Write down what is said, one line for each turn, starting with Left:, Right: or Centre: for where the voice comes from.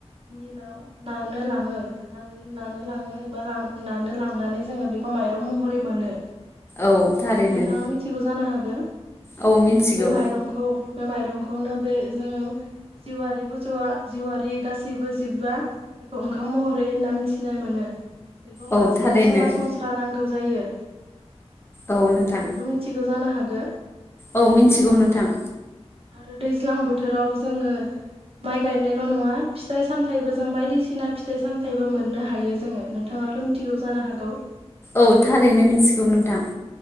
Right: मिलाव नानो लाङो नान नानो लाङो एबा लान नानो लांनानै जोङो बेखौ माइरं महरै मोनो।
Left: औ थारैनो
Right: नोंथाङा मिथिगौ जानो हागो?
Left: औ मिथिगौ
Right: बे माइरंखौ बे माइरंख खौनो बे जोङो जिउआरि बुसौआ जिउआरि गासैबो जिबआ बेखौ ओंखाम महरै होनना मिथिनो मोनो। बेखौ
Left: औ
Right: मानसिनो
Left: थारैनो
Right: सरासनस्रा नांगौ जायो। <inaudible> नोंथाङा
Left: औ नोंथां
Right: बेखौथ' मिथिगौ जानो हाग गो
Left: औ मिन्थिगौ नोंथां।
Right: आरो दैज्लां बोथोराव जोङो माइ गायनायल' नङा फिथाइ सामथायबो जों बायदिसिना फिथाइ सामथाइबो मोननो हायो जोङो नोंथाङाथ' मिथिगौ जानो हागौ?
Left: औ थारैनो मिथिगौ नोंथां।